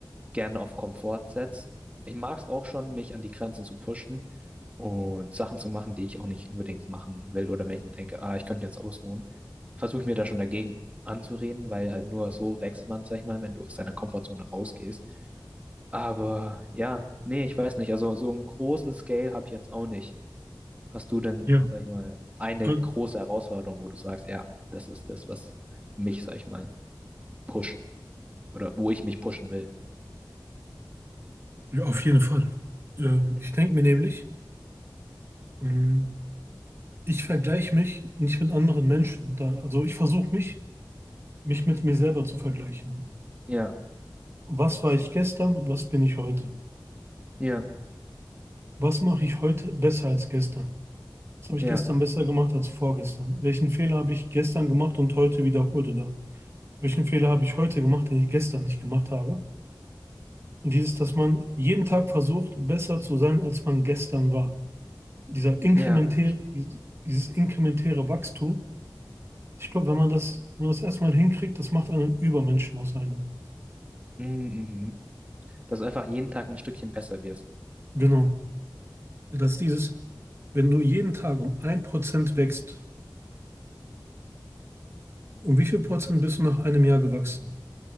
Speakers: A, on the right; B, on the right.
A: gerne auf Komfort setzt. Ich mag es auch schon, mich an die Grenzen zu pushen und Sachen zu machen, die ich auch nicht unbedingt machen will. Oder wenn ich mir denke, ah, ich könnte jetzt ausruhen, versuche ich mir da schon dagegen anzureden, weil halt nur so wächst man, sag ich mal, wenn du aus deiner Komfortzone rausgehst. Aber ja, nee, ich weiß nicht. Also so einen großen Scale habe ich jetzt auch nicht. Hast du denn,
B: ja.
A: sag ich mal, eine
B: Äh,
A: große Herausforderung, wo du sagst, ja, das ist das, was mich, sag ich mal, pusht oder wo ich mich pushen will?
B: Ja, auf jeden Fall. Ähm,
A: Mhm.
B: ich denke mir nämlich, mh, Ich vergleiche mich nicht mit anderen Menschen. Da, also ich versuche mich, mich mit mir selber zu vergleichen.
A: Ja,
B: Was war ich gestern und was bin ich heute?
A: ja,
B: Was mache ich heute besser als gestern? Was habe ich
A: ja,
B: gestern besser gemacht als vorgestern? Welchen Fehler habe ich gestern gemacht und heute wiederholt? Oder welchen Fehler habe ich heute gemacht, den ich gestern nicht gemacht habe? Und dieses, dass man jeden Tag versucht, besser zu sein, als man gestern war. Dieser inkrementäre,
A: ja.
B: dieses inkrementäre Wachstum, ich glaube, wenn man das, wenn man das erstmal hinkriegt, das macht einen Übermenschen aus einem.
A: Mhm, mhm. Dass du einfach jeden Tag ein Stückchen besser wirst.
B: Genau. Das ist dieses, wenn du jeden Tag um ein Prozent wächst, um wie viel Prozent bist du nach einem Jahr gewachsen?